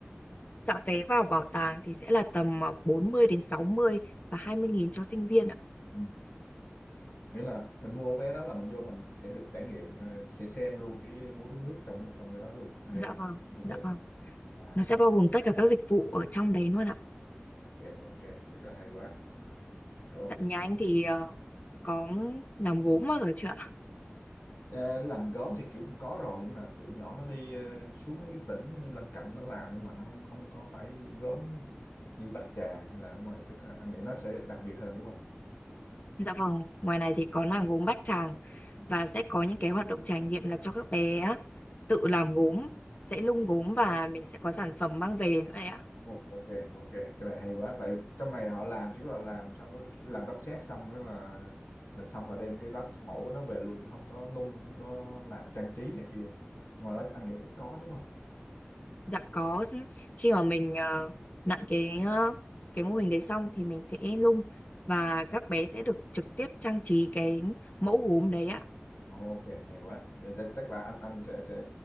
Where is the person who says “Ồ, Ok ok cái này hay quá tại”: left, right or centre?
Left